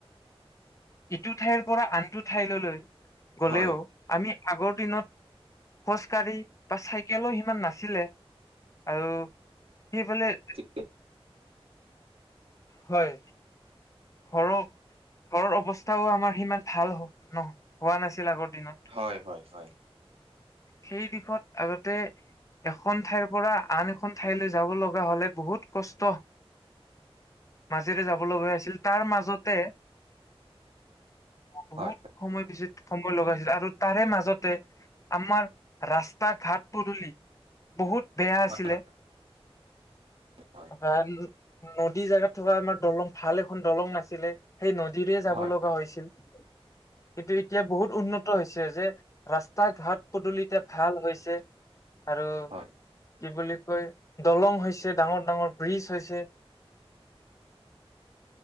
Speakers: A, on the left; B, on the right.
A: ইটো ঠাইৰ পৰা আনটো ঠাইললৈ গলেও
B: হয়
A: আমি আগৰ দিনত খোজকাঢ়ি বা চাইকেলো সিমান নাছিলে আৰু সিফালে
B: <unintelligible>
A: হয় ঘৰৰ ঘৰৰ অৱস্থাও আমাৰ সিমান ভাল ন হোৱা নাছিল আগৰ দিনত
B: হয় হয় হয়
A: সেই দিশত আগতে এখন ঠাইৰ পৰা আন এখন ঠাইলৈ যাব লগা হলে বহুত কষ্ট
B: <unintelligible>
A: মাজেৰে যাব লগা আছিল তাৰ মাজতে বহুত
B: হয়
A: সময় বেছি সময় লগাইছিল আৰু তা তাৰে মাজতে আমাৰ ৰাস্তা ঘাট পদুলি বহুত বেয়া আছিলে
B: হয় হয়
A: বা নদী জেগাত থকা আমাৰ দলং ভাল এখন দলং নাছিলে সেই নদীৰে যাব
B: হয়
A: লগা হৈছিল কিন্তু এতিয়া বহুত উন্নত হৈছে যে ৰাস্তা ঘাট পদূলি এতিয়া ভাল হৈছে আৰু
B: হয়
A: কি বুলি কয় দলং হৈছে ডাঙৰ ডাঙৰ ব্ৰিজ হৈছে